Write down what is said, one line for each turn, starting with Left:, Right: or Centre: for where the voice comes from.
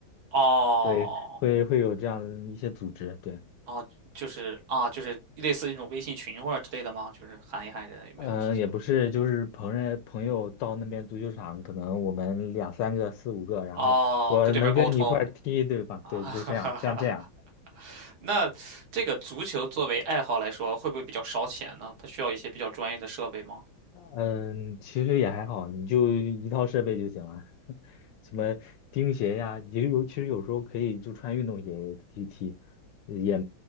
Right: 哦
Left: 对，会会有这样一些组织，对，
Right: 哦，就是啊，就是类似一种微信群或者之类的吗？就是喊一喊人有没有踢球。
Left: 嗯、也不是就是朋友朋友到那边足球场，
Right: 的。
Left: 可能我们两三个四五个，然后说能跟你一块儿踢，
Right: 哦，跟对面沟通
Left: 对吧？
Right: 啊，
Left: 对，
Right: <laughs>
Left: 就这样这样这样，
Right: 哈哈哈哈。那这个足球作为爱好来说，会不会比较烧钱呢？它需要一些比较专业的设备吗？
Left: 嗯、其实也还好，你就一套设备就行了，<laughs> 什么钉鞋呀，也有其实有时候可以就穿运动鞋踢踢，也